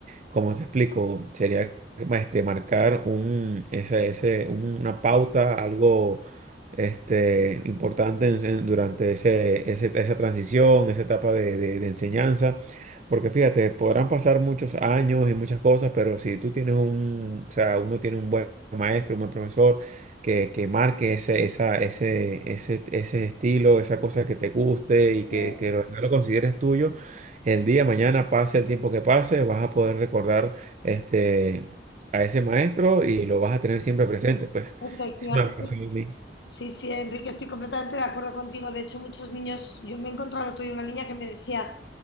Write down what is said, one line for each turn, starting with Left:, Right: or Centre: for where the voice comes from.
Right: como te explico, sería este, marcar un, ese, ese, un- una pauta, algo este, importante en- en- durante ese, ese- esa transición, esa etapa de, de- de enseñanza. Porque fíjate, podrán pasar muchos años y muchas cosas, pero si tú tienes un, o sea, uno tiene un buen maestro, un buen profesor que, que marque ese, esa, ese, ese, ese estilo, esa cosa que te guste y que,
Left: eh,
Right: que lo lo consideres tuyo el día, mañana, pase el tiempo que pase, vas a poder recordar este, a ese maestro y lo vas a tener siempre presente. Pues
Left: efectiva-
Right: es una relación muy-
Left: Sí, sí, Enrique, estoy completamente de acuerdo contigo. De hecho, muchos niños, yo me he encontrado el otro día una niña que me decía,